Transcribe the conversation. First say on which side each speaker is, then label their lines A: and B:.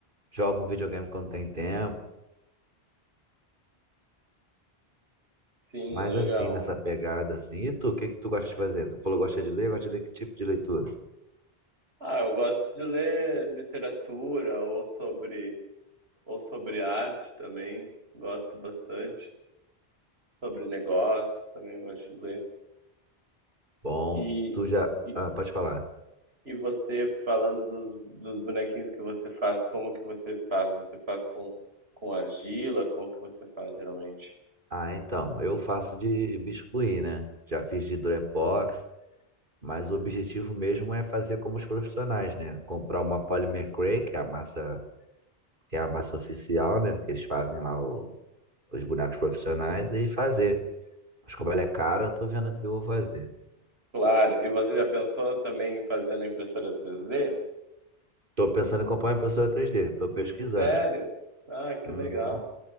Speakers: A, on the right; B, on the right.
A: jogo um videogame quando tem tempo.
B: Sim,
A: Mas
B: legal.
A: assim, nessa pegada assim. E tu, o que que tu gosta de fazer? Tu falou que gosta de ler, gosta de ler que tipo de leitura?
B: Ah, eu gosto de ler literatura ou sobre ou sobre arte também. Gosto bastante. Sobre negócios também eu gosto de ler.
A: Bom,
B: E,
A: tu já.
B: e,
A: Ah, pode falar.
B: e você falando dos, dos bonequinhos que você faz, como que você faz? Você faz com, com argila? Como que você faz geralmente?
A: Ah, então, eu faço de biscuit, né? Já fiz de Durepox, mas o objetivo mesmo é fazer como os profissionais, né? Comprar uma Polymer Cray, que é a massa, que é a massa oficial, né? Que eles fazem lá o- os bonecos profissionais e fazer. Mas como ela é cara, eu tô vendo o que eu vou fazer.
B: Claro. E você já pensou também em fazer na impressora 3D?
A: Tô pensando em comprar uma impressora três d tô pesquisando.
B: Sério? Ah, que
A: Uhum.
B: legal.